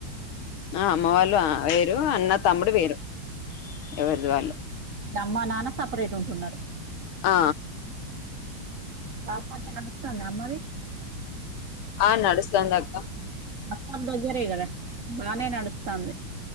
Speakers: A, on the left; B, on the right.
A: ఆ అమ్మ వాళ్ళు అ వేరు అన్న తమ్ముడు వేరు ఎవరిది వాళ్ళు
B: అమ్మా నాన్న సపరేట్ ఉంటున్నారు
A: ఆ
B: షాప్ మంచిగ నడుస్తాందా అమ్మది
A: ఆ నడుస్తాందాక్క
B: బస్టాండ్ దగ్గెర ఏ కదా బానే నడుస్తాంది